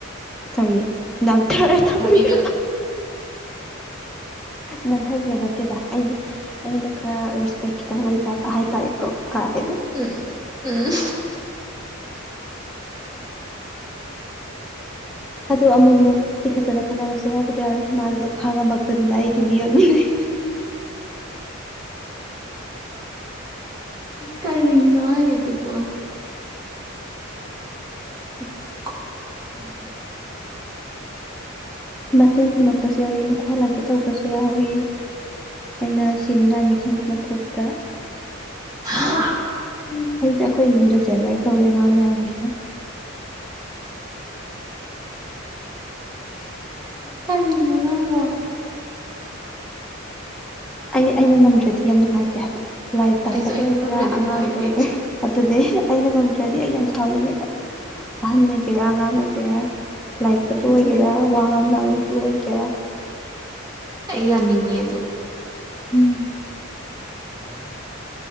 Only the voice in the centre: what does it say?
ꯇꯧꯏ ꯅꯝꯊꯔ
ꯊꯄꯤꯨ
ꯅꯟꯊꯕꯤꯕ ꯅꯠꯇꯦꯗ ꯑꯩꯅ ꯑꯩꯗ ꯈꯔ ꯔꯦꯁꯄꯦꯛꯈꯤ ꯈꯤꯇꯪ ꯂꯩ ꯆꯥꯕ ꯍꯥꯏꯇꯥꯔꯦꯀꯣ ꯀꯥꯏ
ꯎꯝ ꯑꯗꯨ ꯑꯃꯨꯛ ꯑꯃꯨꯛ ꯇꯤꯈꯠꯇꯅ ꯈꯟꯅꯕꯁꯨ ꯌꯥꯎꯕꯗꯤ ꯌꯥꯎꯋꯦ ꯃꯥꯁꯨ ꯈꯥꯡꯉꯝꯃꯛꯇꯗꯅ ꯑꯩꯒꯤ ꯃꯤꯑꯣꯠ ꯃꯤꯅꯩ
ꯈ ꯊꯅ ꯃꯁꯤꯟ ꯈꯨꯝꯃꯛꯄꯁꯨ ꯌꯥꯎꯏ ꯃꯈꯨꯠ ꯍꯟꯂꯛꯀꯦ ꯇꯧꯕꯁꯨ ꯌꯥꯎꯏ ꯑꯩꯅ ꯁꯤꯅꯤ ꯅꯥꯅꯤ ꯈꯪꯗ ꯅꯐꯨꯇ
ꯎ ꯑꯩꯁꯦ ꯑꯩꯈꯣꯏ ꯏꯃꯨꯡꯗ ꯖꯦꯂꯔ ꯀꯧꯋꯦ ꯑꯉꯥꯡ ꯃꯌꯥꯝꯒꯤ <inaudible>
ꯑꯩ ꯑꯩꯅ ꯉꯝꯗ꯭ꯔꯗꯤ ꯌꯥꯝ ꯅꯨꯡꯉꯥꯏꯇꯦ ꯍꯥꯏꯕ ꯂꯥꯏꯔꯤꯛ ꯇꯥꯛꯄꯗ
ꯑꯣꯏꯒꯦꯔꯥ
ꯑꯉꯥꯡꯗ
ꯑꯣꯏꯒꯦꯔꯥ ꯑꯗꯨꯗꯤ ꯑꯩꯅ ꯉꯝꯗ꯭ꯔꯗꯤ ꯑꯩ ꯌꯥꯝ ꯁꯥꯎꯅꯤꯡꯉꯦꯕ ꯑꯍꯟ ꯑꯣꯏꯒꯦꯔ ꯑꯉꯥꯡ ꯑꯣꯏꯒꯦꯔ꯫ ꯂꯥꯏꯔꯤꯛꯇꯕꯨ
ꯑꯣꯏꯒꯦꯔ ꯋꯥ ꯉꯥꯡꯅꯕ꯫ ꯇꯨ ꯑꯣꯏꯀꯦꯔ꯫
ꯎꯝ ꯍꯣ ꯏꯇꯥꯎ꯫